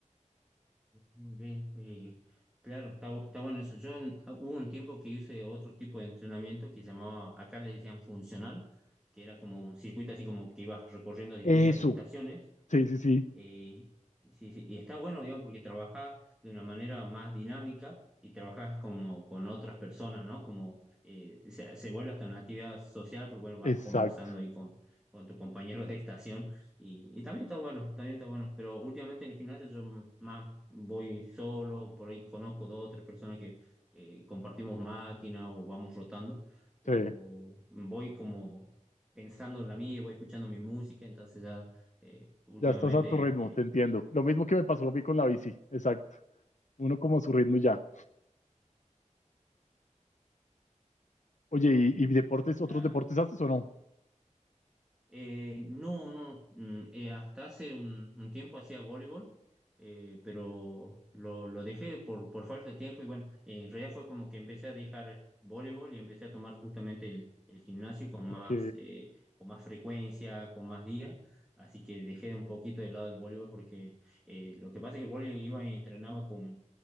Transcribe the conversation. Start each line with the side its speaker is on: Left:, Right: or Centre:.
Centre: Muy Bien, eh, claro, está, bu- está bueno eso. Yo en- ah, hubo un tiempo que hice otro tipo de entrenamiento que llamaba, acá le decían funcional, que era como un circuito así como que ibas recorriendo distintas
Left: Eso,
Centre: estaciones
Left: sí, sí, sí,
Centre: eh, sí, sí, y está bueno, digamos, porque trabajás de una manera más dinámica y trabajás como con otras personas, ¿no? Como eh, se, se vuelve hasta una actividad social, porque bueno, vas
Left: exacto.
Centre: conversando ahí con, con tus compañeros de estación y, y también está bueno, también está bueno, pero últimamente en el gimnasio yo m- más voy solo, por ahí conozco dos o tres personas que eh, compartimos máquina o vamos rotando, pero
Left: Sí,
Centre: voy como pensando en la mía, voy escuchando mi música, entonces ya eh, últimamente
Left: ya estás a tu ritmo, te
Centre: eh,
Left: entiendo. Lo mismo que me pasó a mí con la bici, exacto. Uno como a su ritmo y ya. Oye, ¿y, y deportes, otros
Centre: está,
Left: deportes haces o no?
Centre: Eh, no, no, mm, eh, hasta hace un, un tiempo hacía voleibol, eh, pero lo, lo dejé por, por falta de tiempo y bueno, eh, en realidad fue como que empecé a dejar voleibol y empecé a tomar justamente el, el gimnasio con
Left: Ok,
Centre: más, eh, con más frecuencia, con más días, así que dejé un poquito de lado el voleibol porque eh, lo que pasa es que el voleibol iba y entrenaba con,